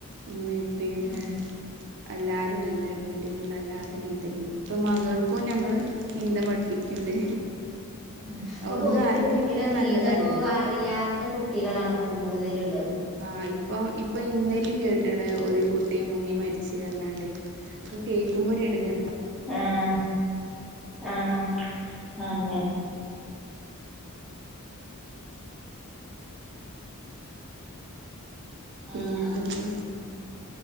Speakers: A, on the right (about 50°); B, in the centre.
A: ഉമ്മി ഇപ്പിഎല്ലാരും
B: ആഹ്
A: നീന്തല്ണ്ട് വീട്ടിലുള്ള എല്ലാരും നീന്തലുണ്ട് ഇപ്പം മകൾ ക്ക ഞങ്ങള്ൾ നീന്ത പഠിപ്പിക്കണ്ട്
B: ഉ ഇപ്പൊ
A: ഒന്ന്
B: പൊതുവെ
A: അറിഞ്ഞിരിക്കണ
B: കുട്ടികളെ നീന്തക്കെ
A: നല്ലതല്ലേ
B: അറിയാത്ത കുട്ടികളാണ് കൂടുതലുള്ളത്.
A: ആ് ഇപ്പൊ ഇപ്പൊ ഇന്നേലും കേട്ട കേട്ട്ണ്ഒരു കുട്ടിയ മുങ്ങി മരിച്ച് അർഞ്ഞാണ്ട് ഒക്കെ കേൾക്കുമ്പോ ഒരു എടങ്ങ
B: ആഹ ആഹ അങ്ങനെ
A: പിന്നെ
B: ആഹ്
A: എന്തൊക്കെ?
B: ആഹ്